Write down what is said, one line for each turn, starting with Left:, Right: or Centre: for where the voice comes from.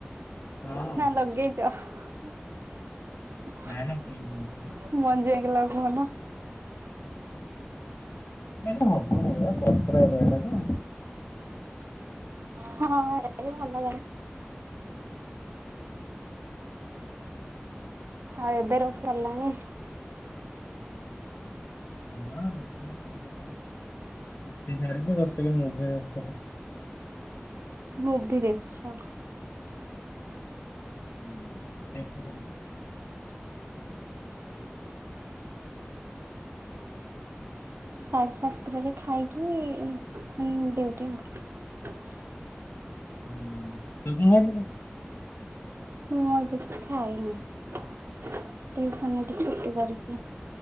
Left: ହଁ
Right: ନା ଲଗେଇଛ <unintelligible>
Left: ନାଇଁ ନାଇଁ କିଣିକି ଆଣିଥିଲି
Right: ମଞଜିାଇକି ଲ କହୁନ
Left: ଏଲେ ହବନ ପପ ପେରା ତ
Right: ହଁ ଏ ଭଲ ଲ ଆଉ ଏବେ ରଷ ସାରିଲଣିି
Left: ହଁ ରୋଷେଇ ସରିସରିଲାନି ରୋସେଇ ସରିକି ବସିକି ମୁଭି ଦେଖୁଥିଲି।
Right: ମୁଭି ଦେଖୁଛ।
Left: ହୁଁ ଦେଖ
Right: ସାଢେ ସାତଟାରେ ଖାଇକି ଡିଉଟି ଆଉ।
Left: ହୁଁ ତୁ କଣ?
Right: ମୁଁ ଏବେ କିଛି ଖାଇନି ଟିୟୁସନ୍ କି କରିକି